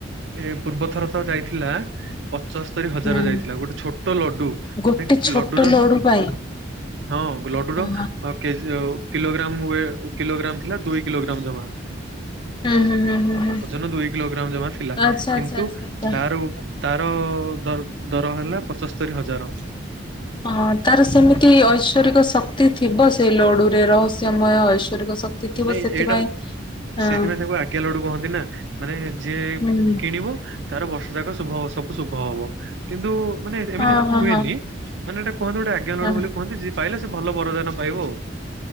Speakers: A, on the right (about 65°); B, on the left (about 25°).
A: ଏ ପୂର୍ବ ଥର ତ ଯାଇଥିଲା ପଞ୍ଚସ୍ତରୀ ହଜାର
B: ହୁଁ
A: ଯାଇଥିଲା ଗୋଟେ ଛୋଟ ଲଡୁ
B: ଗୋଟେ ଛୋଟ
A: ଲଡୁର।
B: ଲଡୁ ପାଇଁ
A: ହଁ ଲଡୁର
B: ହଁ
A: କେଜି ଗ କିଲୋଗ୍ରାମ ୱେ କିଲୋଗ୍ରାମ ଥିଲା ଦୁଇ କିଲୋଗ୍ରାମ ଜମା
B: ହୁଁ ହୁଁ ହୁଁ ହୁଁ ହୁଁ।
A: ଓଜନ ଦୁଇ କିଲୋଗ୍ରାମ ଜମା ଥିଲା।
B: ଆଚ୍ଛା
A: କିନ୍ତୁ
B: ଆଚ୍ଛା ଆଚ୍ଛା ଆଚ୍ଛା।
A: ତାର ଉ ତାର ଦର ଦର ହେଲା ପଞ୍ଚସ୍ତରୀ ହଜାର।
B: ହଁ ତାର ସେମିତି ଐଶ୍ୱରିକ ଶକ୍ତି ଥିବ ସେଇ ଲଡୁରେ ରହସ୍ୟମୟ ଐଶ୍ଵରିକ ଶକ୍ତି ଥିବ
A: ନାଇଁ
B: ସେଥିପାଇଁ
A: ଏଇଟା
B: ହଁ
A: ସେଇଥିପାଇଁ ତାକୁ ଆଜ୍ଞା ଲଡୁ କହନ୍ତି ନା ମାନେ ଯିଏ
B: ହୁଁ
A: କିଣିବ ତାର ବର୍ଷ ଯାକ ଶୁଭ ହବ ସବୁ ଶୁଭ ହବ। କିନ୍ତୁ ମାନେ ଏମିତି
B: ହଁ ହଁ
A: ହୁଏନି।
B: ହଁ
A: ମାନେ ଏଟା କୁହନ୍ତି ଗୋଟେ ଆଜ୍ଞା
B: ହଁ।
A: ଲଡୁ ବୋଲି କୁହନ୍ତି ଯିଏ ପାଇଲା ସେ ଭଲ ବରଦାନ ପାଇବ ଆଉ।